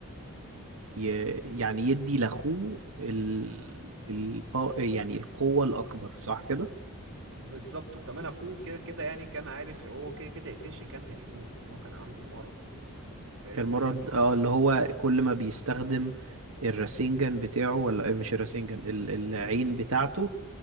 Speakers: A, on the right; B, on the right.
A: ي... يعني يدي لاخوه ال... ال... يعني القوة الاكبر صح كده
B: بالظبط وكمان اخوه كده كده يعني كان عارف هو كده كده قتيش كان هيموت ان هو كان عنده مرض فاهمني
A: كان مرض
B: وكان مقص
A: اه اللي هو كل ما بيستخدم الراسينجان بتاعه ولا آه، مش الراسينجان ال- العين
B: ال...
A: بتاعته